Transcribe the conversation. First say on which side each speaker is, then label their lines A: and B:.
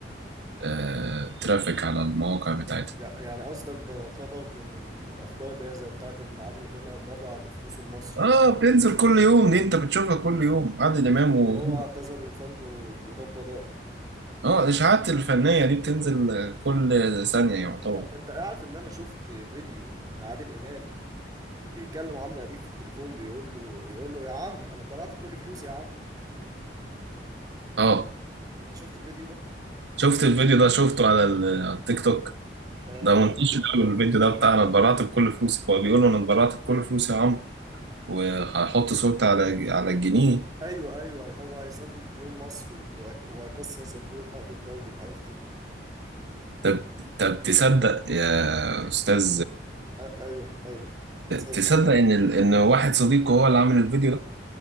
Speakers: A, on the right (about 75°); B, on the right (about 20°).
A: آه، ترافيك على المواقع بتاعتها
B: يع- يعني قصدك ده خبر من ال... من الاخبار اللي هي زي بتاعت ان عادل امام بره بفلوسه لمصر
A: اه بتنزل كل يوم دي انت بتشوفها كل يوم عادل
B: وإن
A: امام
B: وإن
A: و
B: هو اعتزل الفن و- ورب ضهره
A: اه الاشاعات الفنيه دي بتنزل كل ثانيه يعتبر
B: طب أنت عارف إن أنا شفت فيديو لعادل إمام بيكلم عمرو أديب في التليفون بيقول له يقول له يا عمرو أنا اتبرعت بكل فلوسي يا عمرو
A: اه
B: أنت شفت الفيديو ده؟
A: شفت الفيديو ده شفته على ال- على التيك توك
B: آه
A: ده منتشر قوي الفيديو ده بتاع انا اتبرعت بكل فلوسي هو بيقول له انا اتبرعت بكل فلوسي يا عمرو وهحط صورتي على على الجنيه
B: أيوه أيوه هو هيسدد ديون مصر وهيك- وهيكسر صندوق النقد الدولي وحاجات كده
A: طب طب تصدق يا استاذ
B: آه أيوه أيوه صادق
A: تصدق ان ال... ان واحد صديقه هو اللي عامل الفيديو ده